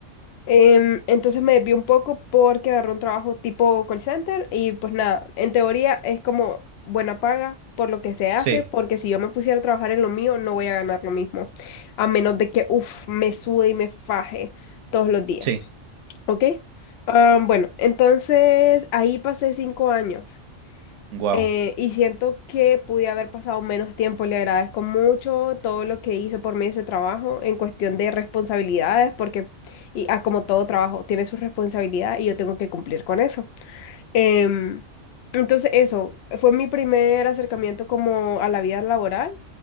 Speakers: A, on the left; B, on the right.
A: Em, entonces me desvié un poco porque agarré un trabajo tipo call center y pues nada, en teoría es como buena paga por lo que se hace,
B: sí,
A: porque si yo me pusiera a trabajar en lo mío no voy a ganar lo mismo, a menos de que, uff, me sude y me faje todos los días,
B: sí,
A: ¿ok? Am, bueno, entonces ahí pasé cinco años
B: wow,
A: eh, y siento que pude haber pasado menos tiempo. Le agradezco mucho todo lo que hizo por mí ese trabajo en cuestión de responsabilidades, porque y, ah, como todo trabajo tiene su responsabilidad y yo tengo que cumplir con eso. Em, entonces eso fue mi primer acercamiento como a la vida laboral